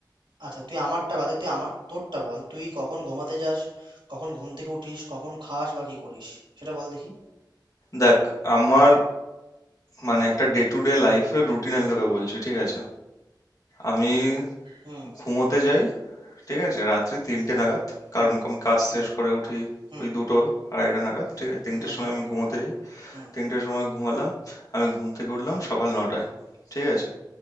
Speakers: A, on the right; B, on the left.
A: আচ্ছা তুই আমারটা বাদে তুই আমার তোরটা বল তুই কখন ঘুমাতে যাস কখন ঘুম থেকে উঠিস কখন খাস বা কি করিস সেটা বল দেখি
B: দেখ আমার মানে একটা ডে টু ডে লাইফের রুটিন আমি তোকে বলছি ঠিক আছে আমি
A: হুম
B: ঘুমোতে যাই ঠিক আছে রাত্রি তিনটে নাগাদ কারণ
A: হুম
B: আমি কাজ
A: হুম
B: শেষ করে উঠি
A: হুম
B: ওই দুটো আড়াইটা নাগাদ ঠিক আছে তিনটের
A: হুম
B: সময়
A: হুম
B: আমি
A: হুম
B: ঘুমোতে যাই
A: হুম
B: তিনটের সময় ঘুমালাম আমি ঘুম থেকে উঠলাম সকাল নটায় ঠিক আছে